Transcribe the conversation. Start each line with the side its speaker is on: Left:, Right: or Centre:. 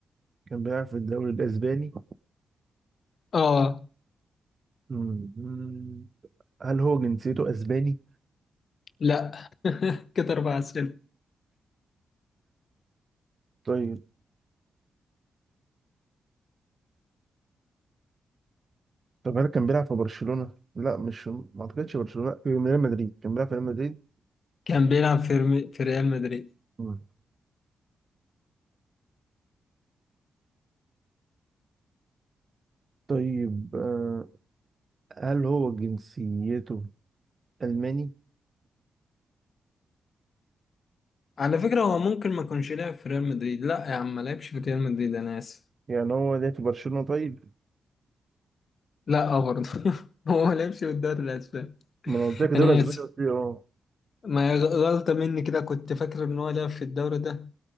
Right: كان بيلعب في الدوري الأسباني؟
Left: اه
Right: مم. هل هو جنسيته أسباني؟
Left: لا <laughs> كده اربع اسئله
Right: طيب طب هل كان بيلعب في برشلونة؟ لا مش ما أعتقدش برشلونة في ريال مدريد كان بيلعب في ريال مدريد؟
Left: كان بيلعب في رمي... في ريال مدريد
Right: مم. طيب آه هل هو جنسيته ألماني؟
Left: على فكره هو ممكن ما كانش لعب في ريال مدريد لا يا عم ما لعبش في ريال مدريد انا اسف
Right: يعني هو ليه في برشلونة طيب؟
Left: لا اه برضه <laughs> هو ما لعبش في الدوري الاسباني
Right: ما انا قلت لك الدوري
Left: انا
Right: الاسباني
Left: اسف
Right: قلت لي اه
Left: ما هي غ- غلطه مني كده كنت فاكر ان هو لعب في الدوري ده